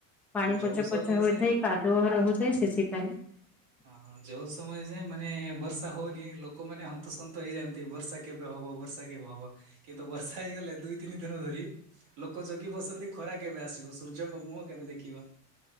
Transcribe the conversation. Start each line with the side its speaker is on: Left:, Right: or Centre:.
Centre: ପାଣି
Right: ଯୋଉ
Centre: ପଚ
Right: ସମୟ
Centre: ପଚ ହୋଇଥାଏ
Right: ଯାଏଁ
Centre: କାଦୁଅ ରହୁଥାଏ ସେଥିପାଇଁ।
Right: ହଁ ଯୋଉ ସମୟ ଯାଏଁ ମାନେ ବର୍ଷା ହଉନି ଲୋକମାନେ ହନ୍ତସନ୍ତ ହେଇଯାଆନ୍ତି ବର୍ଷା କେବେ ହବ ବର୍ଷା କେବେ ହବ, କିନ୍ତୁ ବର୍ଷା ହେଇଗଲେ ଦୁଇ ତିନି ଦିନ ଧରି ଲୋକ ଜଗି ବସନ୍ତି ଖରା କେବେ ଆସିବ, ସୂର୍ଯ୍ୟଙ୍କ ମୁହଁ କେବେ ଦେଖିବା।